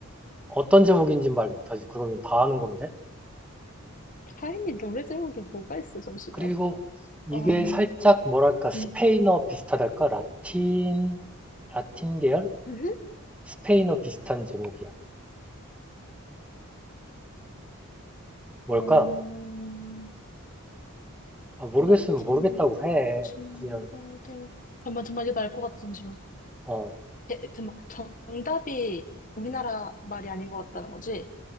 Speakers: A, in the centre; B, on the left (about 35°).
A: 어떤 제목인진 말 못하지 그러면 다 아는 건데
B: 샤이니 노래 제목이 뭐가 있어, 잠시만.
A: 그리고 이게
B: 음,
A: 살짝 뭐랄까 스페인어
B: 음.
A: 비슷하달까? 라틴 라틴 계열?
B: 음?
A: 스페인어 비슷한 제목이야. 뭘까?
B: 어,
A: 아, 모르겠으면
B: 라틴
A: 모르겠다고 해.
B: 친구들
A: 그냥
B: 잠만 잠만 이거 알것 같아 잠시만
A: 어,
B: 에, 잠만 정답이 우리나라 말이 아닌 것 같다는 거지?